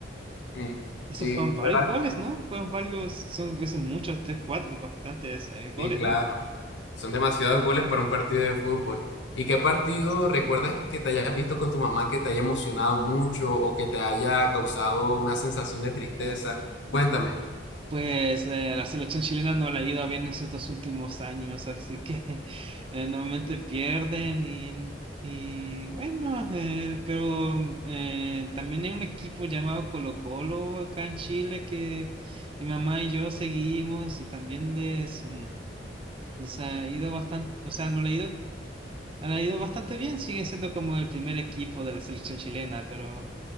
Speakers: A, on the left; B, on the right.
A: mm,
B: Esos
A: sí,
B: fueron varios
A: fue bas-
B: goles, ¿no? Fueron varios, son, son muchos, tres, cuatro, bastantes eh, goles,
A: sí, claro.
B: ¿no?
A: Son demasiados goles para un partido de fútbol. ¿Y qué partido recuerdas que te hayas visto con tu mamá que te haya emocionado mucho o que te haya causado una sensación de tristeza? Cuéntame.
B: Pues eh, la selección chilena no le ha ido bien en esos dos últimos años, así que <laughs> eh, normalmente pierden y, y bueno, eh, pero eh, también hay un equipo llamado Colo Colo acá en Chile que mi mamá y yo seguimos y también les, mm, les ha ido bastante, o sea, no le ha ido Han ido bastante bien, siguen siendo como el primer equipo de la selección chilena, pero